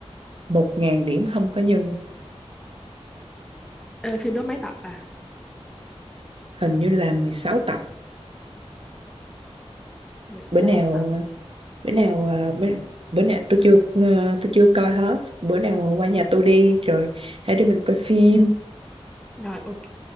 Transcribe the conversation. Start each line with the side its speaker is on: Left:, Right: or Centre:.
Right: một ngàn điểm không có nhân
Centre: Ê, phim đó mấy tập à
Right: hình như là mười sáu tập
Centre: mười sáu
Right: bữa nào
Centre: tập
Right: bữa nào à, bữa, bữa nào tôi chưa ờ, tôi chưa coi hết bữa nào qua nhà tôi đi rồi hai đứa mình coi phim
Centre: rồi ok